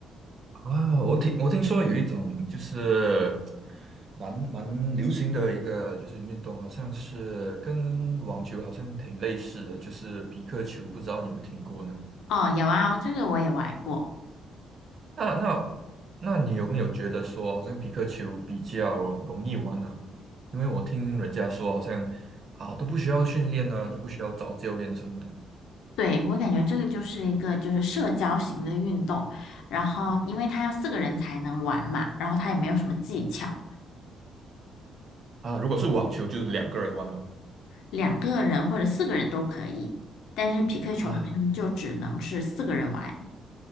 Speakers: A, on the right (about 50°); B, on the left (about 85°).
A: 啊，我听我听说有一种就是蛮蛮流行的一个就是运动，好像是跟网球好像挺类似的，就是皮克球，不知道你有没有听过呢？
B: 哦，有啊，这个我也玩过。
A: 那那那你有没有觉得说，好像皮克球比较容易玩呢、因为我听人家说，好像啊都不需要训练啊，都不需要找教练什么的
B: 对，我感觉这个就是一个就是社交型的运动，然后因为它要四个人才能玩嘛，然后它也没有什么技巧，
A: 啊。如果是网球，就两个人玩吗？
B: 两个人或者四个人都可以，但是匹克球好像就只能是四个人玩。
A: 啊